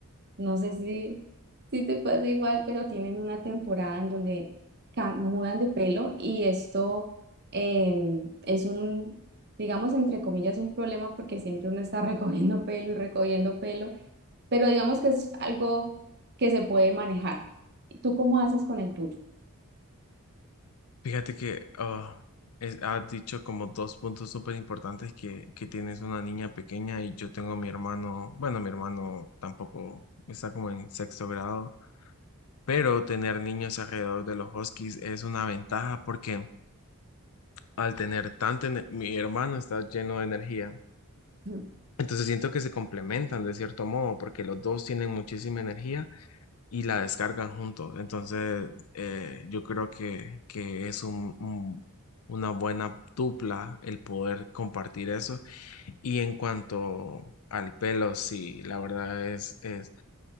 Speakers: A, on the right (about 50°); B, on the left (about 75°).
A: No sé si, si te pasa igual, pero tienen una temporada en donde cam- mudan de pelo y esto em, es un, digamos, entre comillas, un problema porque siempre uno está <laughs> recogiendo pelo y recogiendo pelo, pero digamos que es algo que se puede manejar. ¿Tú cómo haces con el tuyo?
B: Fíjate que ah, es- has dicho como dos puntos súper importantes que, que tienes una niña pequeña y yo tengo mi hermano, bueno, mi hermano tampoco está como en sexto grado, pero tener niños alrededor de los huskies es una ventaja porque al tener tanta, ener- mi hermano está lleno de energía,
A: <laughs>
B: entonces siento que se complementan de cierto modo porque los dos tienen muchísima energía y la descargan juntos. Entonces, eh, yo creo que, que es un, un- una buena dupla el poder compartir eso. Y en cuanto al pelo, sí, la verdad es, es